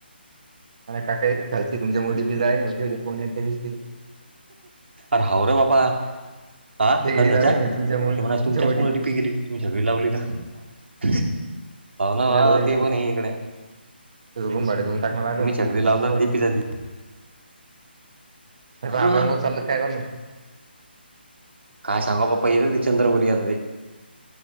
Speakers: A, on the right; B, on the right.
A: आणि काका काय घालची तुमच्या मुडीची जाळी कोण्याच्या दिवशी
B: अर हऊ रे बाबा! आ
A: शेगडी
B: कर चाच्या
A: लावली म्हणजे तुमच्यामुळे
B: ते म्हणायचं
A: तुमच्यामुळे
B: तुमच्या मूळचं
A: डीपी
B: पोगेली तुमच्या बी लावली तर हाव ना बा
A: मॅड होईल
B: ते पण आहे इकडे.
A: रूम भाड देऊन टाकणार
B: तुम्ही
A: आलं
B: छगडी
A: तर
B: लावताच
A: बर
B: डीपी जाती अरे
A: बाब्यामुळे
B: वा
A: चाललं काय गणू?
B: काय सांगा बाप्पा येत ते चंद्र वर येत ते